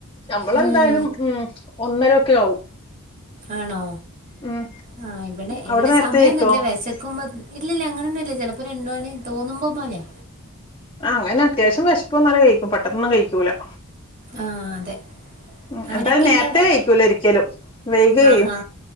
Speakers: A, on the left (about 25°); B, on the right (about 40°).
A: നമ്മളെന്തായാലും
B: ഉം
A: ഉം ഒന്നരൊക്കെ ആവും
B: ആണോ
A: ഉം
B: ആഹ് ഇവിടെ
A: അവിടെ
B: ഇവിടെ
A: നേരത്തെ
B: സമയോന്നും
A: കഴിക്കോ
B: ഇല്ല വെശക്കുമ്പം ഇല്ലി ഇല്ല അങ്ങനെയൊന്നും ഇല്ല ചെലപ്പോ രണ്ട് മണി തോന്നുമ്പോ പോലെയാ
A: ആഹ് അങ്ങനെ അത്യാവശ്യം വിശെപ്പ് വെന്നാൽ കഴിക്കും പെട്ടന്നൊന്നും കഴിക്കുലാ
B: ആഹ് അതെ
A: ഉം
B: ആരൊക്കെയുണ്ട്
A: എന്തായാലും നേര്ത്തെ
B: അവിടെ
A: കഴിക്കൂലാ ഒരിക്കെലും വൈകെയ്യും
B: ആഹാ